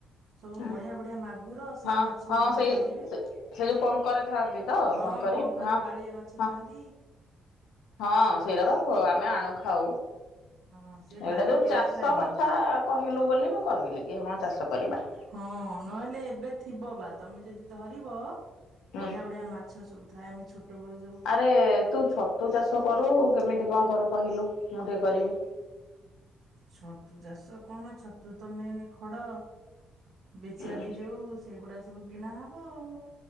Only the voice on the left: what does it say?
ହଁ
ହଁ
ହଁ
ସେଇ
ସେ ଯୋଉ ପଙ୍କରେ ଥାଆନ୍ତି ତ
ହଁ
ହଁ
ହଁ ସେଇରା ବା ଅ ଆମେ ଆଣୁ ଖାଉ।
ଏଇଟା ଯୋଉ
ଚାଷ
କଥା କହିଲୁ ବୋଲି ମୁଁ କହିଲି କି ହଁ ଚାଷ କରିବା।
ହୁଁ
ଆରେ ତୁ ଛତୁ ଚାଷ କରୁ କେମିତି କଣ କରୁ? କହିଲୁ ମୁଁ ଟିକେ କରିବି।
ହୁଁ